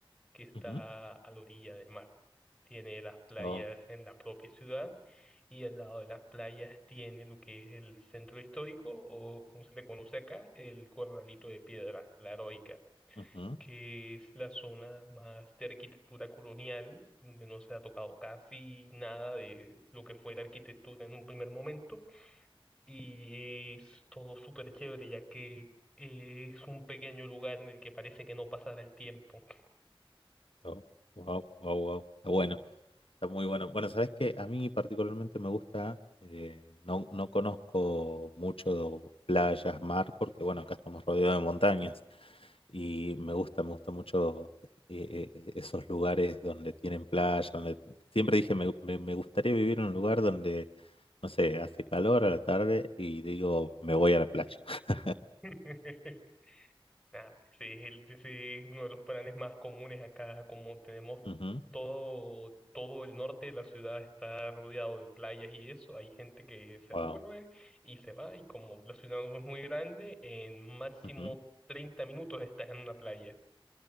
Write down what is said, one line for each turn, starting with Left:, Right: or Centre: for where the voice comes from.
Centre: que está
Left: ujú,
Centre: a la orilla del mar. Tiene las playas
Left: Oh,
Centre: en la propia ciudad y al lado de las playas tiene lo que es el centro histórico o como se le conoce acá, el Corralito de Piedra, la Heroica,
Left: ujú,
Centre: que es la zona más de arquitectura colonial, donde no se ha tocado casi nada de lo que fue la arquitectura en un primer momento. Y es todo súper chévere, ya que eh, es un pequeño lugar en el que parece que no pasará el tiempo.
Left: oh, wow, wow, wow. Está bueno. Está muy bueno. Bueno, sabes que a mí particularmente me gusta, eh, no, no conozco mucho playas, mar, porque bueno, acá estamos rodeados de montañas y me gusta, me gusta mucho eh, eh, esos lugares donde tienen playa, donde siempre dije me, me- me gustaría vivir en un lugar donde, no sé, hace calor a la tarde y digo, me voy a la playa. <laughs>
Centre: <laughs> Nah, ese es el, ese es uno de los planes más comunes acá, como tenemos
Left: Ujú,
Centre: todo, todo el norte de la ciudad está rodeado de playas y eso, hay gente que se aburre
Left: Wow.
Centre: y se va, y como la ciudad no es muy grande, en máximo
Left: ujú,
Centre: 30 minutos estás en una playa.